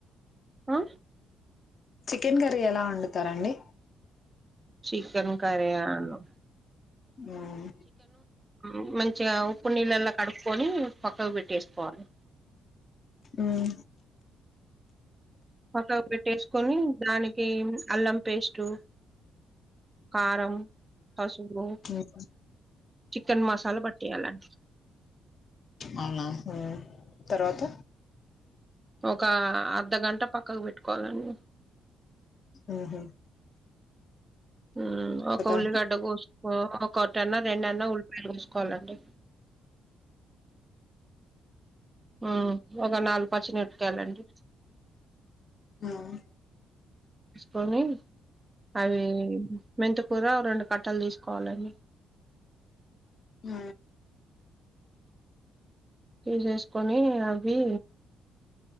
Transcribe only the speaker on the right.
ఆ
చికెన్ కర్రీ ఆను
మ్మ్ మంచిగా ఉప్పు నీళ్ళల్లో కడుపుకొని పక్కకు పెట్టేసుకోవాలి
స్టవ్ పెట్టేసుకొని దానికి అల్లం పేస్టు కారం పసుపు
చికెన్ మసాలా పట్టీయాలండి
ఒక అర్ధగంట పక్కకు పెట్టుకోవాలండి
ఉమ్ ఒక ఉల్లిగడ్డ
కోసుకో ఒకొటన్న రెండన్న ఉల్ వేసుకోవాలండి హ ఒక నలుగు పచ్చిమిరప కాయలండి
కోనీ అవి మెంతకూర రెండు కట్టలు తీసుకోవాలండి
తీసేసుకొని అవి